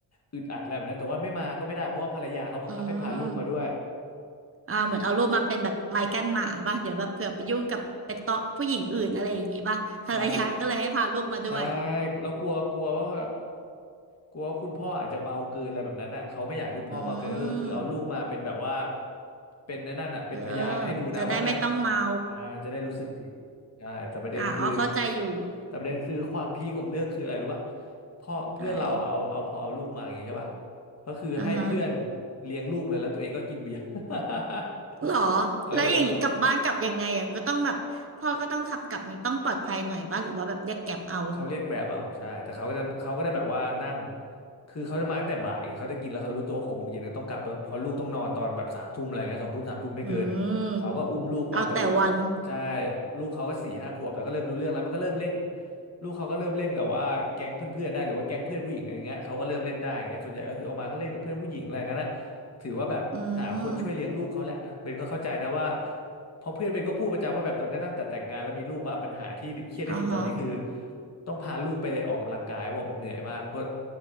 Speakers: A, on the left (about 40°); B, on the right (about 30°).
A: อึดอัดอะไรแบบนั้นแต่ว่าไม่มาก็ไม่ได้เพราะว่าภรรยาเขาบังคับให้พาลูกมาด้วย
B: อืมอ่าเหมือนเอารูปมาเป็นแบบไม้กั้นหมาปะเดี๋ยวแบบเผื่อไปยุ่งกับไปเตาะผู้หญิงอื่นอะไรอย่างงี้ปะภรรยาก็เลยให้พาลูกมาด้วย
A: ใช่ใช่แล้วกลัวกลัวว่า กลัวว่าคุณพ่ออาจจะเมาเกินอะไรแบบนั้นอ่ะเขาไม่อยากให้คุณพ่อเมาเกินก็คือคือเอาลูกมาเป็นแบบว่า
B: อืม
A: เป็นไอ้นั่นน่ะเป็นพยานให้ดูนะว่าเนี่ย
B: เออจะได้ไม่ต้องเมา
A: อ่าจะได้รู้สึกผิดใช่แต่ประเด็นคือ
B: อ่าอ๋อเข้าใจอยู่
A: แต่ประเด็นคือความพีคของเรื่องคืออะไรรู้ป่ะพ่อเพื่อนเราอะเอาเอาพอเอาลูกมาอย่างงี้ใช่ป่ะ
B: อะไร
A: ก็คือให้เพื่อน
B: อ่าฮะ
A: เลี้ยงลูกเลยแล้วตัวเองก็กินเบียร์ <laughs>
B: หรอ
A: เออ
B: แล้วอย่างนี้กลับบ้านกลับยังไงอ่ะก็ต้องแบบพ่อก็ต้องขับกลับมันต้องปลอดภัยหน่อยป่ะหรือว่าแบบเรียกแกร็บเอา
A: เขาเรียกแกร็บเอาใช่แต่เขาก็จะเขาก็ได้แบบว่านั่งคือเขาจะมาตั้งแต่บ่ายไงเขาจะกินแล้วเขารู้ตัวหกโมงเย็นต้องกลับเพราะลูกต้องนอนตอนแบบสามทุ่มอะไรเงี้ยสองทุ่มสามทุ่มไม่เกินเขาก็อุ้มลูกมาแต่อุ้ม
B: อืมเอาแต่วัน
A: ใช่ลูกเขาก็สี่ห้าขวบแล้วก็เริ่มรู้เรื่องแล้วมันก็เริ่มเล่นลูกเขาก็เริ่มเล่นกับว่าแก๊งเพื่อนๆได้หรือว่าแก๊งเพื่อนผู้หญิงอะไรเงี้ยเขาก็เริ่มเล่นได้อย่างเงี้ยส่วนใหญ่ก็คือเอามาก็เล่นกับเพื่อนผู้หญิงอะไรเงี้ยนะถือว่าแบบหาคนช่วยเลี้ยงลูกเขาแหละอ่ะเบนก็เข้าใจนะว่า
B: อืม
A: เพราะเพื่อนเบนก็พูดประจำว่าแบบตอนนี้ตั้งแต่แต่งงานแล้วมีลูกมาปัญหาที่เครียดที่สุดตอนนี้คือ
B: อ่าฮะ
A: ต้องพาลูกไปออกกำลังกายบอกเหนื่อยมากเพราะ